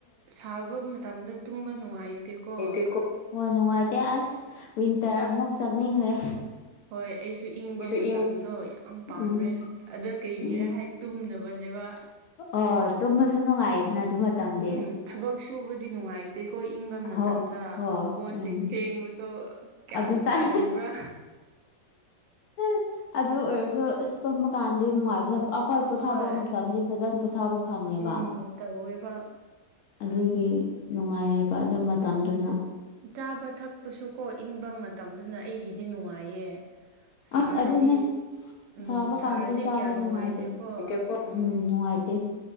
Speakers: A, on the right; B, on the left.
A: ꯁꯥꯕ ꯃꯇꯝꯗ ꯇꯨꯝꯕ ꯅꯨꯡꯉꯥꯏꯇꯦꯀꯣ
B: ꯂꯩꯇꯦꯀꯣ ꯍꯣꯏ ꯅꯨꯡꯉꯥꯏꯇꯦ ꯑꯁ ꯋꯤꯟꯇꯔ ꯑꯃꯨꯛ ꯆꯪꯅꯤꯡꯈ꯭ꯔꯦ
A: ꯍꯣꯏ ꯑꯩꯁꯨ ꯏꯪꯕ
B: ꯑꯩꯁꯨ
A: ꯃꯇꯝꯗꯣ
B: ꯏꯪ
A: ꯌꯥꯝ ꯄꯥꯝꯔꯦ
B: ꯎꯝ
A: ꯑꯗ ꯀꯩꯒꯤꯔ
B: ꯎꯝ
A: ꯍꯥꯏ ꯊꯨꯝꯅꯕꯅꯦꯕ
B: ꯑꯣ ꯇꯨꯝꯕꯁꯨ ꯅꯨꯡꯉꯥꯏꯗꯅ ꯑꯗꯨ ꯃꯇꯝꯗꯤ
A: ꯎꯝ ꯊꯕꯛ ꯁꯨꯕꯗꯤ ꯅꯨꯡꯉꯥꯏꯇꯦꯀꯣ ꯏꯪꯕ ꯃꯇꯝꯗ
B: ꯍꯣ ꯍꯣ
A: ꯀꯣ
B: ꯎꯝ
A: ꯂꯤ ꯐꯦꯡꯕꯗꯣ ꯀꯌꯥꯃꯨꯛ
B: ꯑꯗꯨ ꯇꯥꯏ
A: ꯇꯟꯕ꯭ꯔꯥ
B: ꯎ ꯑꯗꯨ ꯑꯣꯏꯔꯁꯨ ꯑꯁ ꯇꯨꯝꯃ ꯀꯥꯟꯗꯤ ꯅꯨꯡꯉꯥꯏꯕꯅ ꯑꯩꯈꯣꯏ ꯄꯣꯊꯥꯕ
A: ꯍꯣꯏ
B: ꯃꯇꯝꯗꯤ ꯐꯖꯅ ꯄꯣꯊꯥꯕ ꯐꯪꯉꯦꯕ
A: ꯎꯝ ꯇꯧꯋꯦꯕ
B: ꯑꯗꯨꯒꯤ ꯅꯨꯡꯉꯥꯏꯑꯕ ꯑꯗꯨ ꯃꯇꯝꯗꯨꯅ
A: ꯆꯥꯕ ꯊꯛꯄꯁꯨ ꯀꯣ ꯏꯪꯕ ꯃꯇꯝꯗꯨꯅ ꯑꯩꯒꯤꯗꯤ ꯅꯨꯡꯉꯥꯏꯌꯦ ꯁꯥꯔꯗꯤ
B: ꯑꯁ ꯑꯗꯨꯅꯦ
A: ꯎꯝ
B: ꯁꯥꯕ
A: ꯁꯥꯔꯗꯤ
B: ꯀꯥꯟꯗꯤ ꯆꯥꯕ
A: ꯀꯌꯥ ꯅꯨꯡꯉꯥꯏꯇꯦꯀꯣ
B: ꯅꯨꯡꯉꯥꯏꯇꯦ ꯎꯝ
A: ꯎꯝ
B: ꯌꯥꯝ ꯅꯨꯡꯉꯥꯏꯇꯦ